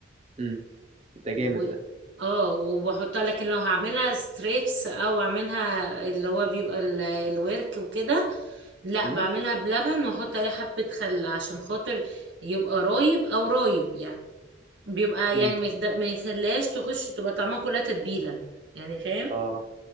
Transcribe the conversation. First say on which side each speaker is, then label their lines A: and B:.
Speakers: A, on the right (about 35°); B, on the right (about 75°).
A: مم. ده
B: و...
A: جامد ده
B: اه وبحطها لكن لو هعملها ستريبس او اعملها اللي هو بيبقى ال... الورك وكده لا
A: امم،
B: بعملها بلبن واحط عليه حبه خل عشان خاطر يبقى رايب او رايب يعني بيبقى
A: امم
B: يعني ما يخد- ما يخليهاش تخش تبقى طعمها كلها تتبيله يعني فاهم
A: اه